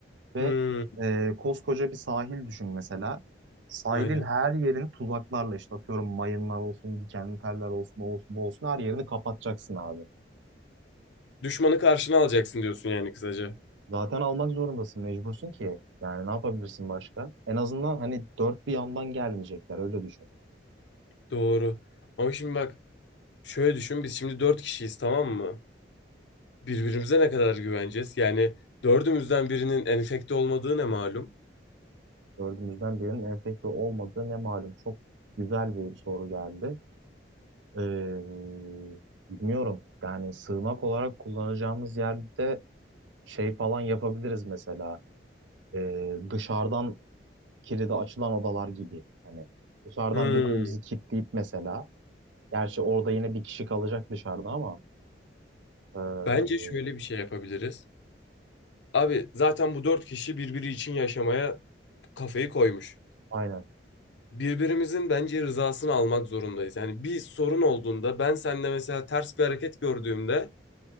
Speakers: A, on the right; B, on the left.
A: Ve
B: Hmm,
A: e, koskoca bir sahil düşün mesela. Sahilin
B: aynen.
A: her yerini tuzaklarla işte atıyorum mayınlar olsun, dikenli teller olsun, o olsun, bu olsun her yerini kapatacaksın abi.
B: Düşmanı karşına alacaksın diyorsun yani kısaca.
A: Zaten almak zorundasın, mecbursun ki. Yani ne yapabilirsin başka? En azından hani dört bir yandan gelmeyecekler, öyle düşün.
B: Doğru. Ama şimdi bak şöyle düşün biz şimdi dört kişiyiz tamam mı? Birbirimize ne kadar güveneceğiz? Yani dördümüzden birinin enfekte olmadığı ne malum?
A: Dördümüzden birinin enfekte olmadığı ne malum. Çok güzel bir soru geldi. Ee, bilmiyorum. Yani sığınak olarak kullanacağımız yerde şey falan yapabiliriz mesela. Ee, dışarıdan kilidi açılan odalar gibi. Hani dışarıdan
B: Hmm,
A: birbirimizi kilitleyip mesela. Gerçi orada yine bir kişi kalacak dışarıda ama. ee,
B: bence şöyle bir şey yapabiliriz. Abi zaten bu dört kişi birbiri için yaşamaya kafayı koymuş.
A: aynen.
B: birbirimizin bence rızasını almak zorundayız. Yani bir sorun olduğunda ben sende mesela ters bir hareket gördüğümde